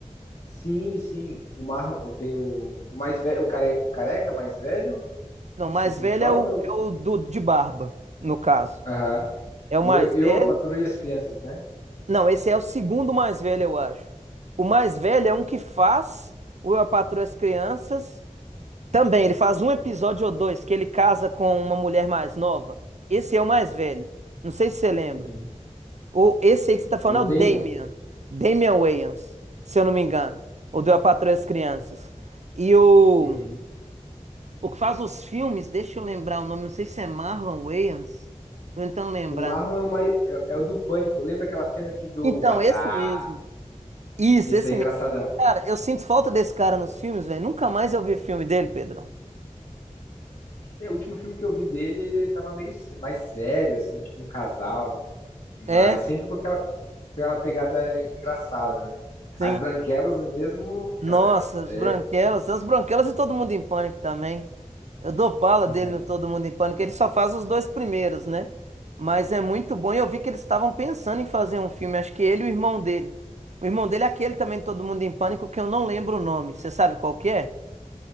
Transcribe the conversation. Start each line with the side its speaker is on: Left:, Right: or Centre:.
Left: Sim, sim. O Marlon tem o, o mais velho, o, care, o careca mais velho,
Right: Não,
Left: que
Right: o mais
Left: você sente
Right: velho
Left: falta?
Right: é o,
Left: ou-
Right: é o do, de barba, no caso.
Left: Aham.
Right: É
Left: Do
Right: o mais
Left: eu, eu,
Right: velho.
Left: a Patroa e as Crianças, né?
Right: Não, esse é o segundo mais velho, eu acho. O mais velho é um que faz o Eu, a Patroa e as Crianças. Também, ele faz um episódio ou dois que ele casa com uma mulher mais nova. Esse é o mais velho. Não sei se você lembra.
Left: Uhum.
Right: Ou esse aí que você tá falando
Left: É o Damon.
Right: é o Damian. Damian Wayans, se eu não me engano. o do Eu, a Patroa e as Crianças. E o,
Left: Uhum.
Right: o que faz os filmes, deixa eu lembrar o nome, não sei se é Marlon Wayans. Tô tentando lembrar.
Left: O Marlon é o mais, é, é o do Pânico. Lembra aquela cena aqui do
Right: Então,
Left: WhatsApp?
Right: esse mesmo. Isso,
Left: Esse
Right: esse
Left: é engraçadão.
Right: mesmo. Cara, eu sinto falta desse cara nos filmes, velho. Nunca mais eu vi filme dele, Pedrão.
Left: É, o último filme que eu vi dele, ele tava meio sé- mais sério, assim, é tipo um casal, mas
Right: É,
Left: sempre com aquela, com aquela pegada engraçada, né?
Right: sim.
Left: As branquelas mesmo, cara,
Right: Nossa, as
Left: é.
Right: Branquelas, as Branquelas e Todo Mundo em Pânico também. Eu dou pala
Left: Uhum.
Right: dele no Todo Mundo em Pânico. Ele só faz os dois primeiros, né? Mas é muito bom. E eu vi que eles estavam pensando em fazer um filme. Acho que ele e o irmão dele. O irmão dele é aquele também, Todo Mundo em Pânico, que eu não lembro o nome. Você sabe qual que é?